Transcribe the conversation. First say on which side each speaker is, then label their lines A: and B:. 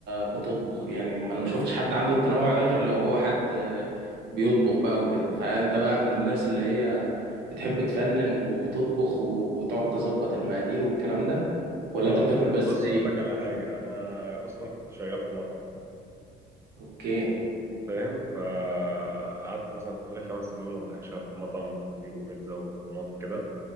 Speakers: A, on the right; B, on the right.
A: بتطبخ يعني انا ما شفتش حد عنده التنوع ده غير لو هو حد آه، بيطبخ بقى وكده فانت بقى من الناس اللي هي بتحب تفنن وتطبخ و... وتقعد تظبط المقادير والكلام ده ولا
B: اه
A: انت بتاكل بس
B: بص
A: زي
B: اقول
A: إيه؟
B: لك على حاجه انا اصلا كنت شغال في مطعم
A: اوكي
B: فاهم فقعدت مثلا حوالي خمس سنين ولا حاجه شغال في مطعم فطير وبيتزا ومكرونات وكده